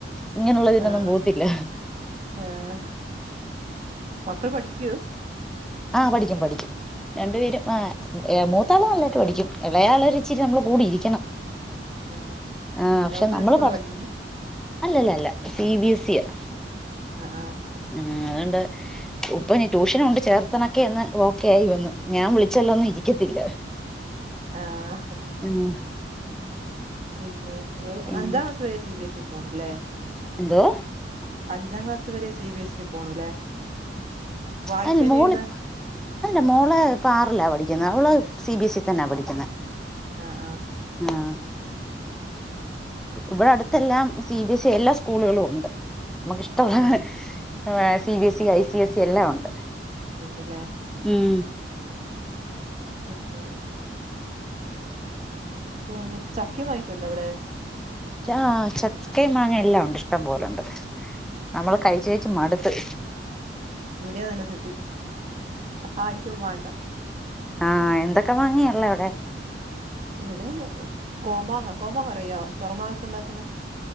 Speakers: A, in the centre; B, on the right.
A: ഇങ്ങനുള്ളതിനൊന്നും
B: ആഹ്
A: പോത്തില്ല
B: ആഹ് മക്കൾ പഠിക്കോ?
A: ആഹ് പഠിക്കും പഠിക്കും രണ്ടു പേരും ആ മൂത്താൾ നന്നാ യിട്ട് പഠിക്കും ഇളയാൾ ഒരു ഇച്ചിരി നമ്മള് കൂടി ഇരിക്കണം
B: ആഹ്
A: ആഹ് പക്ഷെ
B: ഗവൺമെന്റ്
A: നമ്മള്
B: സ്കൂളിലാ
A: പറ
B: പഠിക്കുന്നെ
A: അല്ലല്ല ല്ല സി ബി എസ് സി യാ
B: അ ആഹ്
A: ഉമ് അതു ണ്ട് ഇപ്പൊ ഞാൻ ട്യൂഷന ണ്ട് ചേർ <unintelligible> ഒന്ന് ഓക്കെ ആയി വന്നു ഞാൻ വിളിച്ചല്ലൊന്നു ഇരിക്കത്തില്ല
B: ആഹ ആ
A: ഉം
B: പിന്നെ
A: പിന്നെ
B: അഞ്ചാം ക്ലാസ് വരെ സി ബി എസ് ഇ പോണല്ലേ
A: എന്തോ
B: അഞ്ചാം ക്ലാസ് വരെ സി ബി എസ് സി ൽ പോണൂല്ലേ വായിക്കാൻ
A: അല് മോളിപ്പ
B: എഴുതാൻ
A: അല്ല മോള് ഇപ്പോ ആറില പഠിക്കുന്നത് അവള് സി ബി എസ് ഇ തന്നാ പഠിക്കുന്നത്
B: ആഹ്
A: ആഹ
B: ആഹ്
A: ഇവിടെ അടുത്ത് എല്ലാം സി ബി എസ് ഇ എല്ലാ സ്കൂളുകളും ഉണ്ട് നമുക്ക് ഇഷ്ടമുള്ള
B: ആഹ്
A: C B S E I C S E എല്ലാം ഉണ്ട്
B: എന്ത്‌ ലേ
A: ഉം
B: പിന്നെ വേർതെ ചകിം വാങിക്ണ്ടവിടെ?
A: ചാ ചക്കേ മാങ്ങേ എല്ലാം ഉണ്ട് ഇഷ്ടം പോലുണ്ട്. നമ്മള് കഴിച്ച് കഴച്ച് മടുത്ത്
B: ഇവിടെയും അത്‌ തന്നെ സ്ഥിതി ആരിക്കും വണ്ട
A: ആഹ എന്തൊക്കെ മാങ്ങി യാല്ല അവിടെ
B: ഇവിടെ കോമാങ്ങ കോമാങ്ങ അറിയോ തുറമാങ്ങായൊക്കെ ഉണ്ടാക്കുന്ന